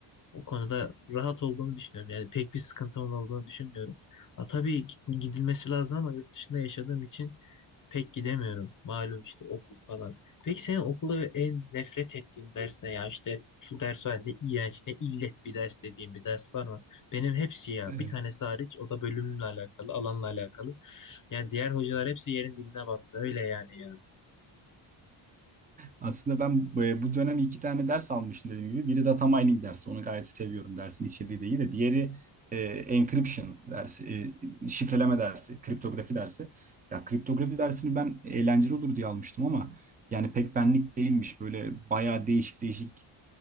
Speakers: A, on the left (about 40°); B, on the right (about 20°).
A: O konuda rahat olduğumu düşünüyorum. Yani pek bir sıkıntımın olduğunu düşünmüyorum. Ha, tabii gidilmesi lazım ama yurt dışında yaşadığım için Pek gidemiyorum. Malum işte okul falan. Peki senin okulda ve en nefret ettiğin ders ne ya? İşte şu ders var ne iğrenç ne illet bir ders dediğim bir ders var mı? Benim hepsi ya.
B: Ee,
A: Bir tanesi hariç o da bölümle alakalı, alanla alakalı. Yani diğer hocalar hepsi yerin dibine bassa öyle yani ya.
B: Aslında ben bu e, bu dönem iki tane ders almışım dediğim gibi. Biri data mining dersi. Onu gayet seviyorum. Dersin içeriği de iyi de. Diğeri e, encryption dersi. e, şifreleme dersi. Kriptografi dersi. Ya kriptografi dersini ben eğlenceli olur diye almıştım ama yani pek benlik değilmiş. Böyle bayağı değişik değişik